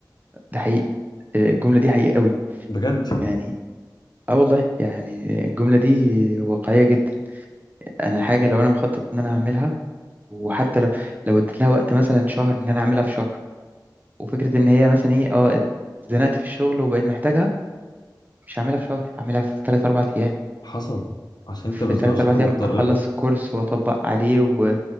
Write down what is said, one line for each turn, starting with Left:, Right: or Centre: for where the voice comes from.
Right: ده حقيقي آه، الجملة دي حقيقية قوي
Left: بجد
Right: يعني اه والله يعني الجملة دي واقعية جدا انا حاجة لو انا مخطط ان انا اعملها وحتى لو لو اديت لها وقت مثلا شهر ان انا اعملها في شهر وفكرة ان هي مثلا ايه اه اتزنقت في الشغل وبقيت محتاجها مش هعملها في شهر هعملها في 3 4 ايام
Left: حصل عشان
Right: في
Left: انت مزنوق
Right: 3
Left: عشان
Right: 4
Left: انت مضطر
Right: ايام اخلص
Left: لها
Right: الكورس واطبق عليه و...